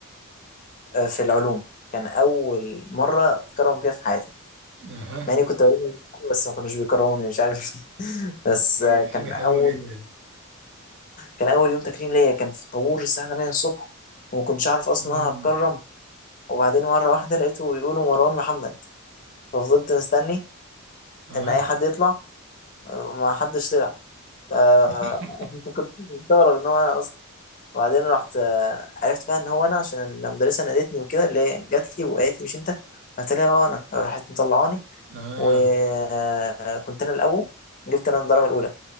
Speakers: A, on the left; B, on the right.
A: آه، في العلوم كان اول مره اتكرم فيها في حياتي
B: اها
A: مع اني كنت بجيب مجموع، بس ما كانوش بيكرهوني مش عارف ليه <laughs> بس
B: ايه
A: آه، كان
B: حاجة حلوة
A: اول
B: جدا
A: كان اول يوم تكريم ليا كان في الطابور الساعه 8 الصبح وما كنتش اعرف اصلا
B: مم.
A: إن انا هتكرم وبعدين مره واحده لقيته بيقولوا مروان محمد ففضلت مستني
B: اها
A: ان اي حد يطلع آه، ما حدش طلع آه،
B: <laughs>
A: <laughs> كنت مستغرب ان هو انا اصلا وبعدين رحت آه، عرفت بقى ان هو انا عشان المدرسه نادتني وكده اللي هي جات لي وقالت لي مش انت قلت لها هو انا راحت مطلعاني
B: اه
A: وكنت انا الاول جبت انا الدرجه الاولى